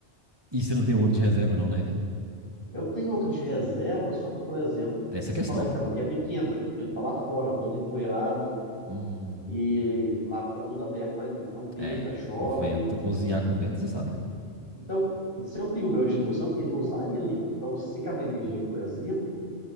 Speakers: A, on the right; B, on the left.
A: E se não tem outro de reserva, não, né?
B: Eu tenho outro de reserva, só que, por exemplo,
A: Tem essa
B: eu
A: questão.
B: te falei, a casa aqui é pequena, então ele tá lá fora, todo empoeirado,
A: Hum,
B: e lá tá tudo aberto ainda. Então, venta,
A: é.
B: chove,
A: Com vento, cozinhar com vento, você sabe, né?
B: Então, se eu tenho o meu de indução, eu queria usar ele. Então, se acabar a energia, por exemplo,